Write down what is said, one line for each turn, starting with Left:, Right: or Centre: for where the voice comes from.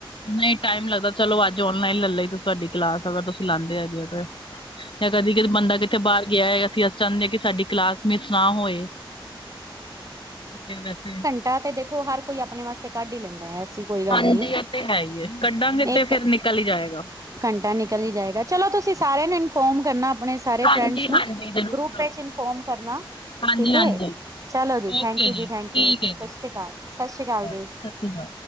Left: ਨਈ ਟਾਈਮ ਲੱਗਦਾ ਚਲੋ ਅੱਜ ਔਨਲਾਈਨ ਲੈ ਲਈ ਤੁਹਾਡੀ ਕਲਾਸ ਅਗਰ ਤੁਸੀਂ ਲਾਂਦੇ ਹੈਗੇ ਓ ਤੇ। ਜਾਂ ਕਦੀ ਕਦੀ ਬੰਦਾ ਕਿਤੇ ਬਾਰ ਗਿਆ ਹੈਗਾ ਅਸੀਂ-ਅਸੀਂ ਚਾਂਦੇ ਕੀ ਸਾਡੀ ਕਲਾਸ ਮਿਸ ਨਾ ਹੋਏ ਤੇ ਵੈਸੇ
Right: ਐ ਤੇ ਦੇਖੋ ਹਰ ਕੋਈ ਆਪਣੇ ਵਾਸਤੇ ਕੱਢ ਈ ਲੈਂਦਾ ਐਸੀ ਕੋਈ ਗੱਲ
Left: ਹਾਂਜੀ
Right: ਨਹੀਂ
Left: ਓ ਤੇ ਹੈ ਈ ਐ ਕੱਢਾਂਗੇ
Right: ਹੈ ਇੱਕ
Left: ਤੇ ਫੇਰ ਨਿਕਲ ਈ ਜਾਏਗਾ।
Right: ਘੰਟਾ ਨਿਕਲ ਈ ਜਾਏਗਾ। ਚਲੋ ਤੁਸੀਂ, ਸਾਰਿਆਂ ਨੂੰ ਇਨਫੋਰਮ ਕਰਨਾ, ਆਪਣੇ ਸਾਰੇ
Left: ਹਾਂਜੀ
Right: ਫਰੈਂਡਸ ਨੂੰ,
Left: ਹਾਂਜੀ ਜ਼ਰੂਰ
Right: ਗਰੁੱਪ ਵਿੱਚ ਇਨਫੋਰਮ ਕਰਨਾ,
Left: ਹਾਂਜੀ
Right: ਠੀਕ
Left: ਹਾਂਜੀ
Right: ਐ। ਚਲੋ ਜੀ, ਥੈਂਕਯੂ
Left: ਓਕੇ
Right: ਜੀ
Left: ਠੀਕ
Right: ਥੈਂਕਯੂ, ਸਤਿ
Left: ਹੈ ਜੀ
Right: ਸ਼੍ਰੀ ਅਕਾਲ ਸਤਿ ਸ਼੍ਰੀ ਅਕਾਲ ਜੀ।
Left: ਸਤਿ ਸ਼੍ਰੀ ਅਕਾਲ